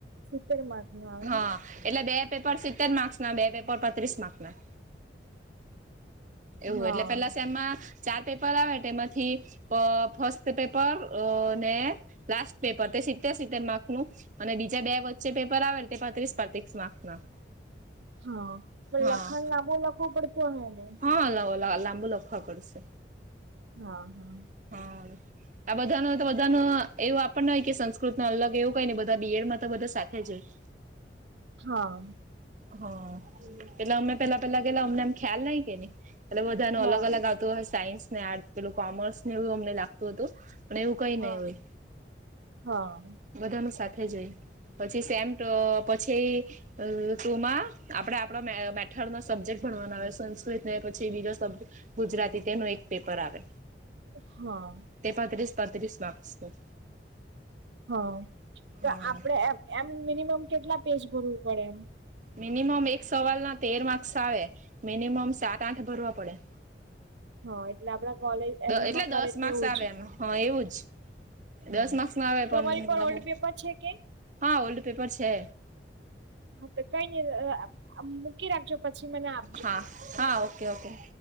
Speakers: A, on the right; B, on the right.
A: સિત્તેર માર્ક નું આવે
B: હા એટલે બે પેપર સિત્તેર માર્ક્સ ના બે પેપર બત્રીસ માર્ક ના એવું
A: હા
B: એટલે પેલા સેમ માં ચાર પેપર આવે એટલે એમાંથી ફસ્ટ પેપર અ ને લાસ્ટ પેપર તે સીતેર સીતેર માર્કનું અને બીજા બે વચ્ચે પેપર આવે તે પાત્રીસ પાંત્રીસ માર્ક્સ ના
A: હા પણ
B: હા
A: લખાણ લાંબો લખવો પડતું હે ને
B: હા લાબુ લખવું ખબર છે.
A: હા હા.
B: હમ્મ. આ બધાનો તો બધા નુ એવું આપણને હોય કે સંસ્કૃત નું અલગ એવું કઈ ને બધા બીએડમાં તો બધા સાથે જ હોય
A: હા.
B: હ એટલે અમે પેલા પેલા ગએલા કે અમને એમ ખ્યાલ નઈ કેને એટલે બધા નુ
A: હા
B: અલગ અલગ આવતું હો સાયન્સ ને આર્ટસ પેલું કોમર્સ ને એવું અમને લાગતું હતું અને એવું કઈ
A: હા
B: નહી હોય.
A: હા હા
B: બધા નુ સાથે જઈ પછી સેમ પછી અ તોમાં આપણે આપો મેથર ના સબ્જેક્ટ ભણવાનો આવે સંસ્કૃત ને પછી બીજો સબ્જેક્ટ ગુજરાતી તેનો એક પેપર આવે
A: હા.
B: તે પાંત્રીસ પાંત્રીસ માર્ક્સ ના
A: હ તો
B: હા
A: આપડે એમ એમ મિનિમમ કેટલા પેજ ભરવું પડે એમ
B: મિનિમમ એક સવાલ ના તેર માર્ક્સ આવે મિનિમમ સાત આઠ ભરવા પડે
A: હા એટલે આપડા કોલેજ એમ એમાં
B: એટલે
A: કરે
B: દસ
A: તેવું
B: માર્ક્સ આવે
A: જ
B: એમ હા એવું જ દસ
A: હા
B: માર્ક્સમાં આવે પણ
A: તમારી પર ઓલ્ડ પેપર છે કે
B: હા ઓલ્ડ પેપર છે
A: હા તો કઈ નહિ મૂકી રાખજે પછી મને આ
B: હા હા ઓકે ઓકે